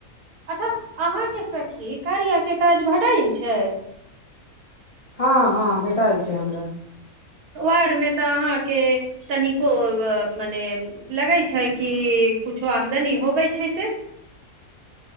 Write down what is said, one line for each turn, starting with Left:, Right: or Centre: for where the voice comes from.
Right: अच्छा अहाँके सखी कार्यके काज भटायल छै
Left: हँ हँ भेटएल छै हमरा
Right: ओर मे तऽ अहाँके तनिको मने लगै छै कि आमदनी होबै छै से